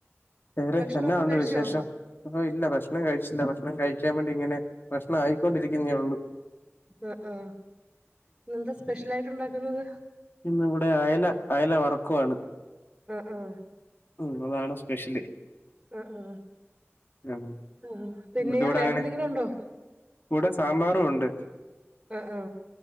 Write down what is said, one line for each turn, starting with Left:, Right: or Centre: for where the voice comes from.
Left: വേറെ
Right: ഭക്ഷണൊക്കെ
Left: എന്നാ ഉണ്ട്
Right: കഴിച്ചോ
Left: വിശേഷം ഓ ഇല്ലാ ഭക്ഷണം കഴിച്ചില്ലാ ഭക്ഷണം കഴിക്കാൻ വേണ്ടി ഇങ്ങനെ ഭക്ഷണം ആയിക്കൊണ്ടിരിക്കുന്നേ ഒള്ളൂ
Right: ആ ആ ഇന്നെന്താ സ്പെഷ്യലായിട്ട് ഉണ്ടാക്കുന്നത്
Left: ഇന്ന് ഇവിടെ അയല അയല വറക്കുവാണ്
Right: ആ ആ
Left: ഉം അതാണ് സ്പെഷ്യല്.
Right: ആ ആ
Left: ആഹ്
Right: ആ പിന്നെയോ
Left: നമുക്ക് ഇവിടെ
Right: വേറെ
Left: അങ്ങനെ
Right: എന്തെങ്കിലും ഉണ്ടോ?
Left: ഇവിടെ സാമ്പാറും ഉണ്ട്
Right: ആ ആ